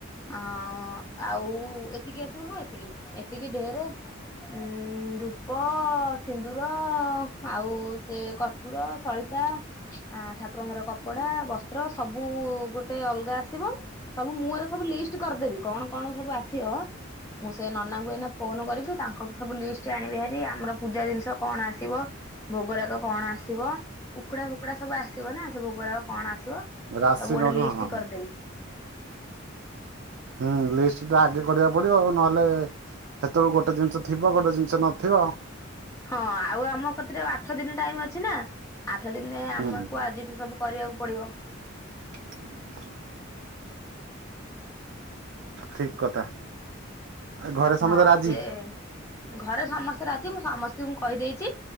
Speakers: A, on the left; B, on the right.
A: ହଁ ଆଉ ଏତିକି ଆସିବ ହଁ ଏତିକି ଏତିକି ଢେରେ। ଉଁ ଧୂପ ସି ଦୁର ଆଉ ସେ କର୍ପୁର ସଳିତା ଠାକୁରଙ୍କର କପଡା। ବସ୍ତ୍ର ସବୁ ଗୋଟେ ଅଲଗା ଆସିବ। ସବୁ ମୁଁ ଏର ସବୁ ଲିଷ୍ଟ କରିଦେବି କଣ କଣ ସବୁ ଆସିବ। ମୁଁ ସେ ନନାଙ୍କୁ ଏନା ଫୋନ କରିକି ତାଙ୍କ ଠୁ ସବୁ ଲିଷ୍ଟ ଆଣିବି ହାରି ଆମର ପୂଜା ଜିନିଷ କଣ ଆସିବ ଭୋଗରାଗ କଣ ଆସିବ? କୁକୁଡା ଫୁକୁଡା ସବୁ ଆସିବ ନା ସେ ଭୋଗର କଣ ଆସିବ
B: ରାଶି
A: ସବୁ ଗୋଟେ
B: ନଡୁ
A: ଲିଷ୍ଟ
B: ହଁ ହଁ
A: କରିଦେବି।
B: ହୁଁ ଲିଷ୍ଟ ଟା ଆଗେ କରିବାକୁ ପଡିବ ଆଉ ନହେଲେ ସେତେବେଳୁ ଗୋଟେ ଜିନିଷ ଥିବ ଗୋଟେ ଜିନିଷ ନଥିବ।
A: ହଁ ଆଉ ଆମ କତିରେ ଆଠ ଦିନ ଟାଇମ ଅଛି ନା। ଆଠ ଦିନରେ
B: ହୁଁ
A: ଆମକୁ ଆଜିଠୁ ସବୁ କରିବାକୁ ପଡିବ।
B: <inaudible> ଠିକ କଥା। ଘରେ
A: ହଁ
B: ସମସ୍ତେ ରାଜି
A: ସେ ଘରେ ସମସ୍ତେ ରାଜି ମୁଁ ସମସ୍ତଙ୍କୁ କହିଦେଇ